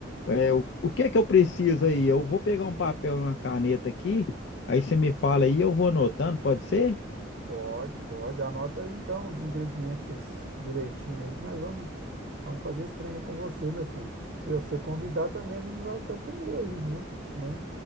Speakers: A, on the left (about 60°); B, on the right (about 55°).
A: É, o, o que é que eu preciso aí? Eu vou pegar um papel e uma caneta aqui, aí você me fala aí, eu vou anotando, pode ser?
B: Pode, pode. Anota aí então os ingredientes direitinho aí que nós vamos, vamos fazer esse trem aí com você, meu filho. Se você convidar também, a gente vai até comer aí junto, né?